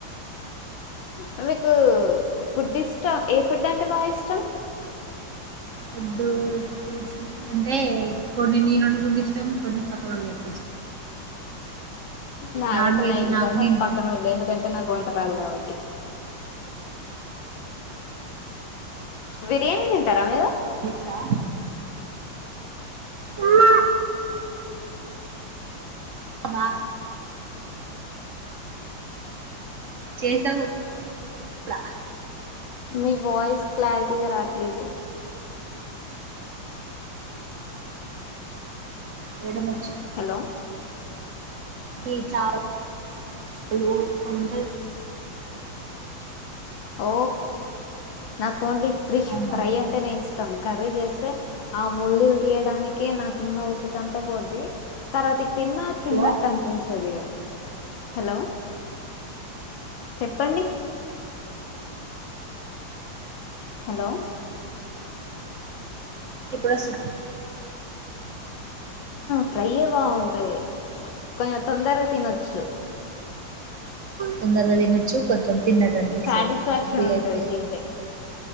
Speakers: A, on the left; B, on the right.
A: అ మీకు ఫుడ్ ఇష్టం ఏ ఫుడ్ అంటే బాగా ఇష్టం
B: ఫుడ్ వచ్చేసి అంటే కొన్ని నేను వండుకుంటే ఇష్టాం కొన్ని పక్కనోళ్లు చేస్తే
A: నాకైతే
B: నాన్ వెజ్
A: నైంటి
B: నాకు
A: పర్సెంట్
B: నేను
A: పక్కనోళ్లే ఎందుకంటే నాకు వంట రాదు కాబట్టి బిర్యానీ తింటారా మీరు
B: దా అమ్మ బా చేసావు ఇట్ల
A: మీ వాయిస్ క్లారిటీగా రాట్లేదు
B: మేడమొచ్చి
A: హలో
B: ఏ చారు లోతు ఉంటది
A: ఓ నాకు ఓన్లీ ఫీష్
B: అవునా
A: ఫ్రై అంటే నే ఇష్టం కర్రీ చేస్తే ఆ ముల్లులు తీయడానినకే నాకున్న ఓపికంత పోద్ది తర్వాత తిన్నా తిన్నట్టు
B: హలో
A: అనిపించదు ఇగా హలో చెప్పండి హలో
B: ఎప్పుడొస్తరు
A: ఫ్రై యే బాగుంటది కొంచెం తొందరగా తినొచ్చు
B: తొందరగా తినొచ్చు కొంచెం తిన్నట్టు అనిపిస్తది
A: సాటిస్ఫాక్షన్
B: అది
A: ఉంటది
B: అయితే
A: తింటే